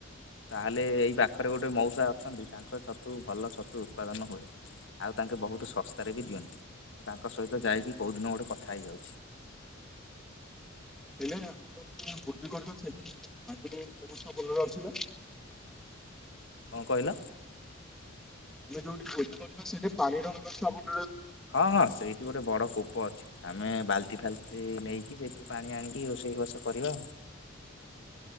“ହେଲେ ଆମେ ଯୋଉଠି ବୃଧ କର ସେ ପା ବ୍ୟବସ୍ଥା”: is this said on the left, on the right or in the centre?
Centre